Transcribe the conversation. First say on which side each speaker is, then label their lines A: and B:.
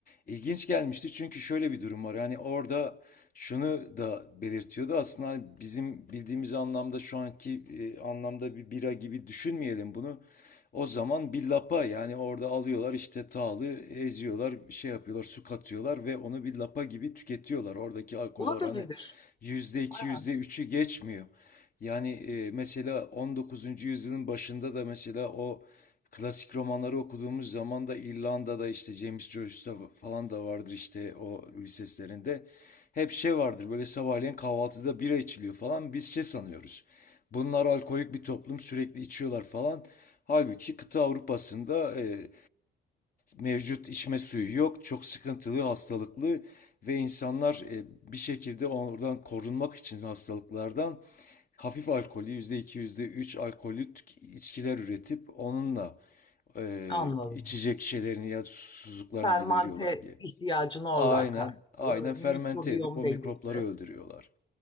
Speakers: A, on the left; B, on the left.
A: İlginç gelmişti çünkü şöyle bir durum var. Yani orada şunu da belirtiyordu. Aslında hani bizim bildiğimiz anlamda şu anki e, anlamda bir bira gibi düşünmeyelim bunu. O zaman bir lapa yani orada alıyorlar işte tağlı eziyorlar şey yapıyorlar su katıyorlar ve onu bir lapa gibi tüketiyorlar. Oradaki alkol
B: Olabilir.
A: oranı yüzde iki
B: Aynen.
A: yüzde üçü geçmiyor. Yani e, mesela 19. yüzyılın başında da mesela o klasik romanları okuduğumuz zaman da İrlanda'da işte James Joyce'da falan da vardır işte o liseslerinde. Hep şey vardır böyle sabahleyin kahvaltıda bira içiliyor falan biz şey sanıyoruz. Bunlar alkolik bir toplum sürekli içiyorlar falan. Halbuki kıta Avrupa'sında e, mevcut içme suyu yok. Çok sıkıntılı, hastalıklı ve insanlar e, bir şekilde oradan korunmak için hastalıklardan hafif alkolü yüzde iki yüzde üç alkolü tük- içkiler üretip onunla e,
B: Anladım.
A: içecek şeylerini ya da susuzluklarını
B: fermante
A: gideriyorlar diye.
B: ihtiyacını
A: Aynen,
B: oradan karşılıyor.
A: aynen fermente
B: Mikrobiyom
A: edip o
B: dengesi.
A: mikropları öldürüyorlar.